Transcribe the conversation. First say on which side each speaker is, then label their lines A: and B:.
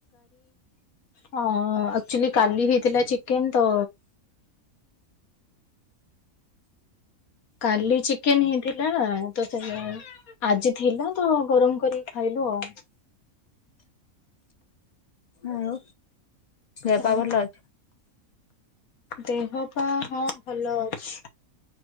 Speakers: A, on the left (about 80°); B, on the left (about 55°).
A: ହଁ ଆକ୍ଚୁଲି କାଲି ହେଇଥିଲା ଚିକେନ ତ କାଲି ଚିକେନ ହେଇଥିଲା ନା ତ ସେ ଆଜି ଥିଲା ତ ଗରମ କରିକି ଖାଇଲୁ ଆଉ
B: ଆଉଉ ସେପ
A: ହଁ।
B: ଭଲ ଅଛି
A: ଦେହ ପା ହଁ ଭଲ ଅଛି